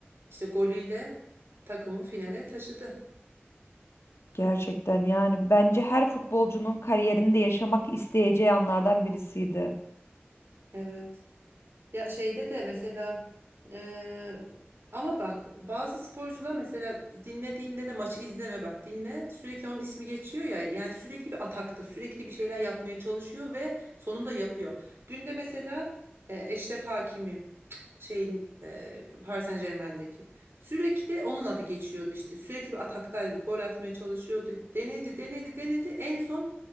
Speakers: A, on the right (about 65°); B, on the left (about 85°).
A: işte golüyle takımı finale taşıdı.
B: Gerçekten yani bence her futbolcunun kariyerinde yaşamak isteyeceği anlardan birisiydi.
A: Evet. Ya şeyde de mesela eee, ama bak bazı sporcular mesela dinlediğinde de maçı izleme bak dinle sürekli onun ismi geçiyor ya yani sürekli bir atakta sürekli bir şeyler yapmaya çalışıyor ve sonunda yapıyor. Dün de mesela e, Eşref Hakimi şeyin e, Paris Saint-Germain'deki sürekli onun adı geçiyordu işte sürekli bir ataktaydı bir gol atmaya çalışıyordu denedi denedi denedi en son